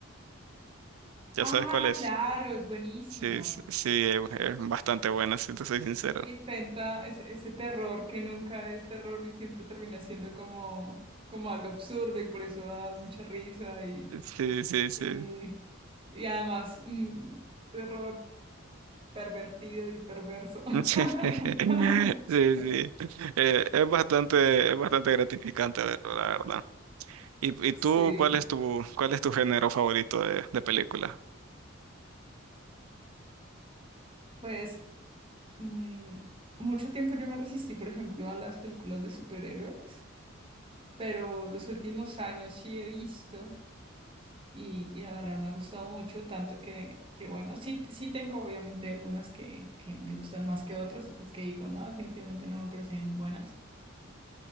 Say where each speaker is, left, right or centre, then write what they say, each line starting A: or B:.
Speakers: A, on the right; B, on the right.
A: ¿Ya
B: Ah,
A: sabes cuál es?
B: claro, es buenísima.
A: Sí, sí, sí, es es bastante buena, si te soy sincero.
B: intenta ese, ese terror que nunca es terror y siempre termina siendo como, como algo absurdo y por eso da mucha risa y,
A: Sí, sí, sí.
B: y, y además un terror pervertido y perverso.
A: <laughs>
B: <laughs>
A: Sí, sí. Eh, es bastante, es bastante gratificante verlo, la verdad. ¿Y, y
B: Sí,
A: tú, cuál es tu, cuál es tu género favorito de, de película?
B: pues mm, mucho tiempo yo me resistí, por ejemplo, a las películas de superhéroes, pero los últimos años sí he visto. Y, y la verdad me ha gustado mucho, tanto que, que bueno, sí, sí tengo obviamente algunas que, que me gustan más que otras, otras que digo, no, definitivamente no me parecen buenas.